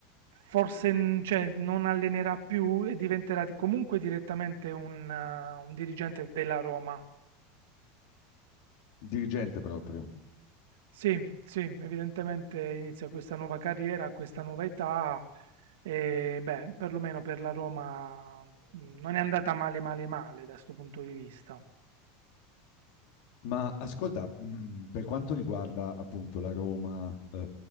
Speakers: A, on the right; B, on the left.
A: forse, n- cioè, non allenerà più e diventerà di- comunque direttamente un, eh, un dirigente della Roma.
B: Dirigente proprio.
A: Sì, sì, evidentemente inizia questa nuova carriera, questa nuova età e beh, perlomeno per la Roma mh, non è andata male male male da questo punto di vista.
B: Ma ascolta, mm, per quanto riguarda appunto la Roma, eh,